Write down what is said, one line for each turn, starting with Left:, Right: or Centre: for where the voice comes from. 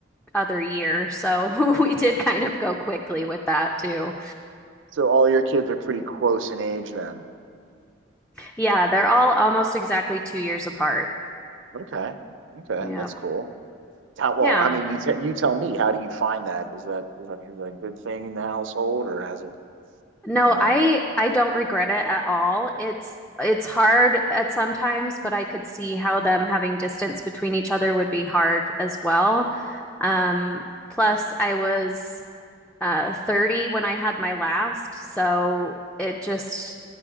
Centre: other year. So <laughs> we did kind of go quickly with that too.
Right: So all your kids are pretty close in age then.
Centre: Yeah, they're all almost exactly two years apart.
Right: Okay, okay,
Centre: Yep.
Right: that's cool. How, well,
Centre: Yeah.
Right: I mean, you t you tell me. How do you find that? Is that is that, is that a good thing in the household, or has it,
Centre: No,
Right: you know?
Centre: I I don't regret it at all. It's it's hard at sometimes, but I could see how them having distance between each other would be hard as well. Um, plus I was uh 30 when I had my last, so it just